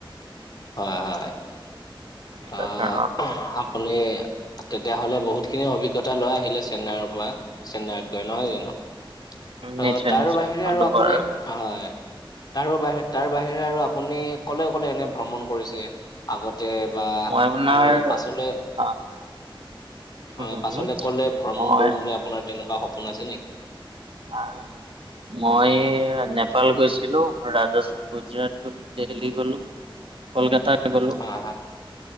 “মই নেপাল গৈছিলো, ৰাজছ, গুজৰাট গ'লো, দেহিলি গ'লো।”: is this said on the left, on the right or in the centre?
Right